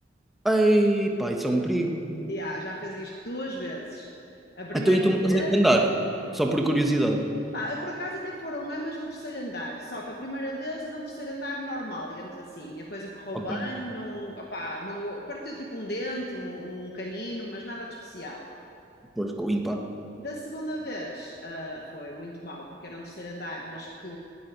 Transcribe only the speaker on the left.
Yeah, já fez isto duas vezes. A primeira
vez,
pá, por acaso até foram ambas num terceiro andar, só que a primeira vez era um terceiro andar normal, digamos assim. A coisa correu
bem, não, opá, magoou- partiu tipo um dente, um, um canino, mas nada de especial.
Da segunda vez, ah, foi muito mal, porque era um terceiro andar, mas que